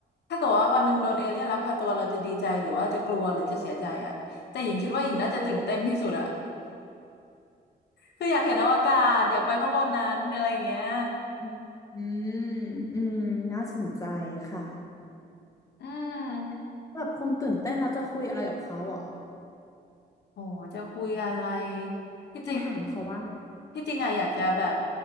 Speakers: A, on the left; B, on the left.
A: ถ้าเกิดว่าวันหนึ่งโดนเอเลี่ยนลักพาตัวเราจะดีใจหรือว่าจะกลัวหรือจะเสียใจอ่ะแต่หญิงคิดว่าหญิงน่าจะตื่นเต้นที่สุดอ่ะคืออยากเห็นอวกาศอยากไปข้างบนนั้นอะไรอย่างเงี้ย
B: อืมอืมอืมน่าสนใจค่ะ
A: อืม
B: แบบคงตื่นเต้นแล้วจะคุยอะไรกับเขาเหรอ
A: โอ้จะคุยอะไรที่จริง
B: จะถามเขาว่าอะไร
A: ที่จริงอะอยากจะแบบ